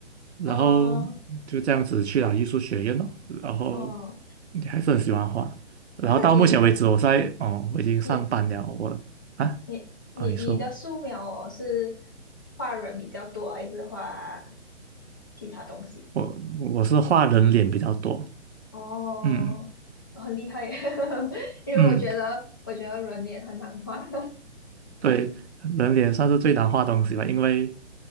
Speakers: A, on the right (about 65°); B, on the left (about 20°).
A: 然后
B: 嗯，哦
A: 就这样子去了艺术学院咯，然后
B: 哦，
A: 你还是很喜欢画，然后到目前为止我在哦，
B: 但是你
A: 我已经上班了，
B: 你
A: 我啊
B: 你你你的素描哦，
A: 啊，你说
B: 是画人比较多，还是画其他东西？
A: 我我是画人脸比较多，
B: 哦，
A: 嗯
B: 很厉害耶，<laughs> 因为我觉得，
A: 嗯。
B: 我觉得人脸很难画。<laughs>
A: 对，人脸算是最难画的东西吧，因为